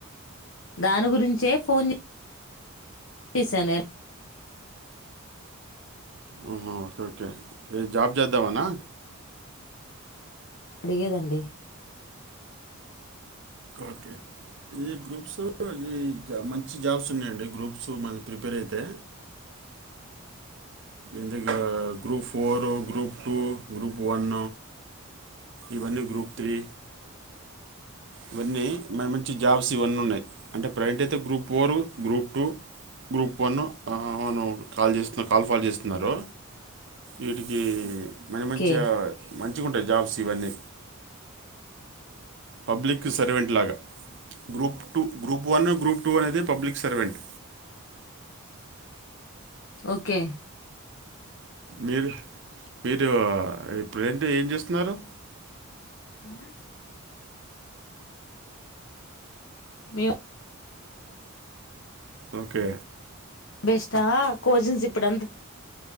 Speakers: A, on the left; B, on the right.
A: దాని గురించే ఫోన్ చే చేశాను. ఏ
B: అవునా ఓకే ఓకే ఏ జాబ్ చేద్దామానా
A: అడిగేదండి.
B: ఓకే ఈ గ్రూప్స్ ఇది జ మన్ మంచి జాబ్స్ ఉన్నాయండి గ్రూప్స్ మనం ప్రిపేర్ అయితే ఎందుకు group four group two group one ఇవన్నీ గ్రూప్ త్రీ ఇవన్నీ మై మంచి జాబ్స్ ఇవన్నీ ఉన్నాయి అంటే ప్రజెంట్ అయితే group, four group two, group one. ఆ కాల్ చేస్తున్న కాల్ ఫాల్ చేస్తున్నారు వీటికి మంచి
A: ఓకే
B: మంచిగా మంచి మంచిగుటాయి. జాప్స్ ఇవన్నీ పబ్లిక్ సర్వెంట్ లాగా group two group one group two అనేది పబ్లిక్ సర్వెంట్
A: ఓకే
B: మీరు మీరు ఇప్పుడ ఏంటీ ఏం చేస్తున్నారు
A: అ మేం
B: ఓకే
A: బెస్ట్ ఆ కోచింగ్స్ ఇప్పుడు అంత